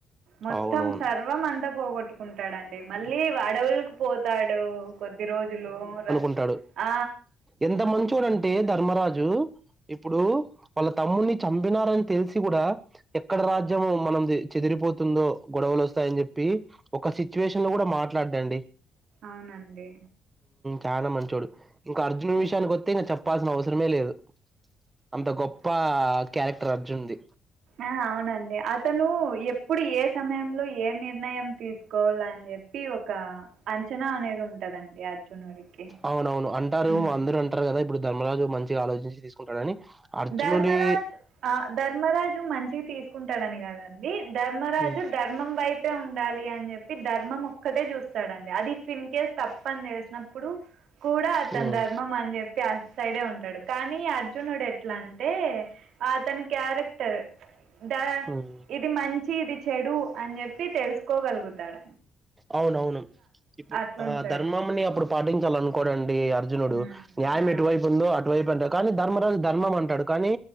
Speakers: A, on the right; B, on the right.
A: మొత్తం
B: అవునవును.
A: సర్వం అంతా పోగొట్టుకుంటాడండి మళ్ళీ అడవులకు పోతాడు కొద్ది రోజులు రా
B: ఉంటాడు
A: ఆ
B: ఎంత మంచోడంటే ధర్మరాజు ఇప్పుడు వాళ్ళ తమ్ముడిని చంపినారని తెలిసి కూడా ఎక్కడ రాజ్యము మనంది చెదిరిపోతుందో గొడవలు వస్తాయని చెప్పి ఒక సిచ్యువేషన్ లో కూడా మాట్లాడ్డండి
A: అవునండి
B: చాలా మంచోడు ఇంకా అర్జున్ విషయానికి వస్తే ఇంకా చెప్పాల్సిన అవసరమే లేదు. అంత గొప్ప క్యారెక్టర్ అర్జున్ది
A: ఆ అవునండి అతను ఎప్పుడు ఏ సమయంలో ఏ నిర్ణయం తీసుకోవాల అని చెప్పి ప్పి ఒక అంచనా అనేది ఉంటదండి. అర్జునుడికి
B: అవునవును అంటారు
A: ఉమ్.
B: మా అందరూ అంటారు కదా ఇప్పుడు ధర్మరాజు మంచిగా ఆలోచించి తీసుకుంటాడని అర్జునుడి
A: ధర్మరాజ్ ఆ ధర్మరాజు మంచి తీసుకుంటాడని కద ది ధర్మరాజు
B: హ్మ్.
A: ధర్మం వైపు ఉండాలి అని చెప్పి ధర్మం ఒక్కటే చూస్తాడండి అది ఇఫ్ ఇన్ కేస్ తప్పని తెలిసినప్పుడు కూడా అతని
B: హ్మ్.
A: ధర్మం అని చెప్పి అటు సైడే ఉంటాడు కానీ అర్జునుడు ఎ ఎట్లాంటే అతని క్యారెక్టర్ ద
B: హ్మ్.
A: ఇ ఇది మంచి ఇది చెడు అని చెప్పి తెలుసుకోగలుగుతాడ
B: అవునవును ఇప్పుడు
A: అట్లుంటాడు
B: ఆ ధర్మముని అప్పుడు పాటించాలనుకోడండి అర్జునుడు
A: ఉమ్,
B: న్యాయం
A: ఆ,
B: ఎటువైపు ఉందో అటువైపు అంటారు కానీ ధర్మరాజు ధర్మం అంటాడు కానీ